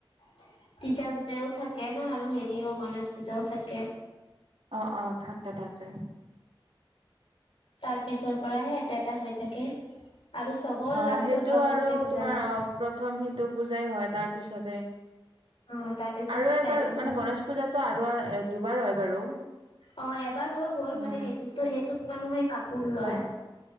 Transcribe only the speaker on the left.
টিচাৰ্চ দেও থাকে ন, আৰু হেৰিও গণেশ পূজাও থাকে।
তাৰ পিছৰ পৰাহে এটা, এটা, হৈ থাকে আৰু চবৰ
ৰাষ্টত
সৰস্বতী
পূজা
হয়।
অ', তাৰ পিছতে
ষ্টাৰ্টিং
হয়।
অ, এবাৰ হৈ গ'ল,
মানে সেইটোত সেইটোত মানুহে কাপ পোৰ লয়,